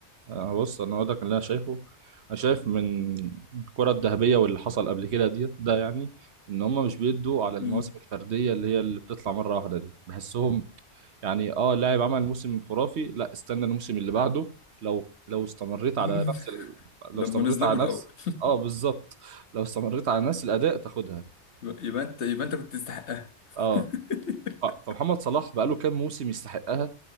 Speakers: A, on the right; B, on the left.
A: أنا بص انا اقول لك اللي انا شايفه انا شايف من الكره الذهبيه واللي حصل قبل كده دي ده يعني ان هم مش بيدوا على المواسم
B: مم.
A: الفرديه اللي هي اللي بتطلع مره واحده دي بحسهم يعني اه لاعب عمل موسم خرافي لا استنى الموسم اللي بعده لو لو استمريت على
B: <laughs>
A: نفس ال...
B: لما
A: لو استمريت
B: نظلموا
A: على
B: الأول
A: نفس اه بالظبط لو استمريت على نفس الاداء تاخدها
B: يبقى يبقى أنت يبقى أنت كنت تستحقها
A: اه
B: <laughs>
A: آه، فمحمد صلاح بقاله كام موسم يستحقها